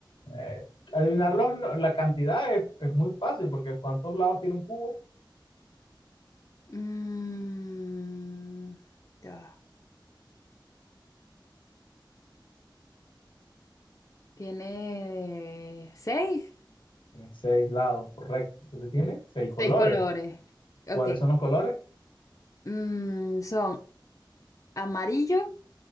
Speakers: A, on the left; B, on the left.
A: Eh, adivinarlo, no, la cantidad es, es muy fácil porque ¿cuántos lados tiene un cubo?
B: Mm, ya. Tiene seis.
A: Tiene seis lados, correcto. Entonces tiene seis colores.
B: Seis colores. Ok.
A: ¿Cuáles son los colores?
B: Mm, son amarillo,